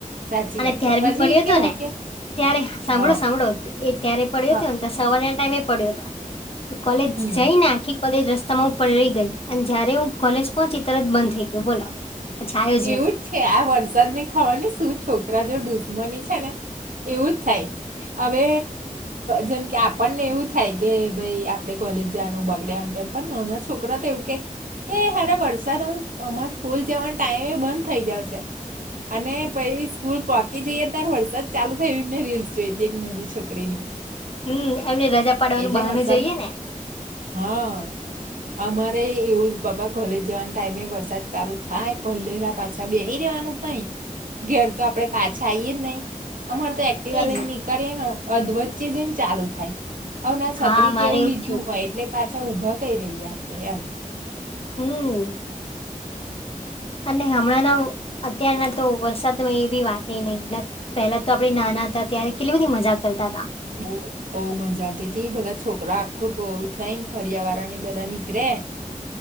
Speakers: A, on the right; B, on the left.
A: સાચી
B: અને
A: વાત
B: ત્ય્યારે
A: છે પછી
B: બી પડ્યો
A: કેવું
B: હતો ને
A: કે
B: ત્યારે સાંભળો
A: હા
B: સાંભળો ત્યારે પડ્યો
A: હા
B: હતો ને તો સવારના ટાઈમે પડ્યો હતો તો કોલેજ
A: હમ
B: જઈને આખી કોલેજ રસ્તામાં હું પલળી ગઈ અને જયારે હું કોલેજ પહોંચી તરત બંધ થઈ ગયયો બોલો પછી આવ્યો
A: એવું
B: નહી
A: જ છે આ વરસાદ ની ખબર ને શું છોકરા જો દુશ્મની છે ને એવું જ થાય. હવે જેમ કે આપણને એવું થાય કે ભાઈ આપડે કોલેજ જવાનું બગડ આમ તેમ પણ નાના છોકરા તો એવું કે કે હરે વરસાદ હું અમાર સ્કૂલ નો ટાઈમે બંધ થઈ જયો છે અને પછ સ્કૂલ પોકી જઈએ સત્તર વર્ષ જ ચાલુ થય એવી મેં રીલ્સ જોઈ હતી એક નવી છોકરીની
B: હમ એમને રજા પાડવાનું
A: એટલે
B: બહાનું
A: વરસાદને
B: જઈએે ને
A: હા અમારે એવું બાબા કોલેજ જવાના ટાઈમે વરસાદ ચાલુ થાય પણ લેલા પાછા બે રેવાનું તઈ ઘેર તો આપડે પાછા આવીઈએ જ નહીિ અમાર તો એકટીવા
B: એજ ને
A: નીકળીએ ને અધ વચ્ચે જને ચાલુ થાય. હ ના છત્રી
B: હા મારે
A: કેવું
B: એવું
A: લીધું
B: જ થયું
A: હોય એટલે પાછા ઉભા કઈ રહીએ આપડે એમ
B: હમ અને હમણાંના અત્યારના તો વરસાદમાં એ બી વાત નહી પહેલા તો આપે નાના હતા ત્યારે કેટલી બધી મજા કરતા હતા.
A: બુ. બહુ મજા આવતી બધા છોકરા આખું ટોરું થઈ ને ફર્યા વાળા ને બધા નીકળે